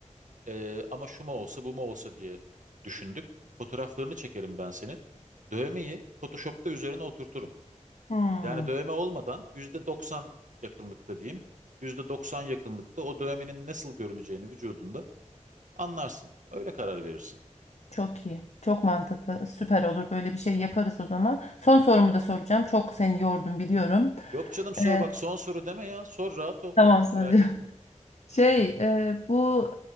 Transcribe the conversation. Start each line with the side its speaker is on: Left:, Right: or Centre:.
Right: E, ama şu mu olsa, bu mu olsa diye düşündük. Fotoğraflarını çekerim ben senin. Dövmeyi Photoshop'ta üzerine oturturum.
Left: Hmm,
Right: Yani dövme olmadan %90 yakınlıkta diyeyim. %90 yakınlıkta o dövmenin nasıl görüneceğini vücudunda Anlarsın. Öyle karar verirsin.
Left: çok iyi. Çok mantıklı. Süper olur. Böyle bir şey yaparız o zaman. Son sorumu da soracağım. Çok seni yordum biliyorum.
Right: Yok canım sor
Left: Ee,
Right: bak son soru deme ya. Sor rahat ol.
Left: tamam sonra.
Right: Merak
Left: <laughs>
Right: etme.
Left: Şey, e, bu